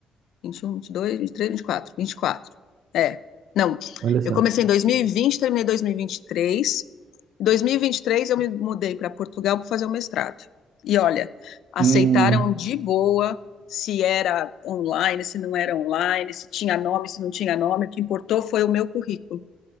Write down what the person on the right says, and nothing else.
Olha só.
Hum,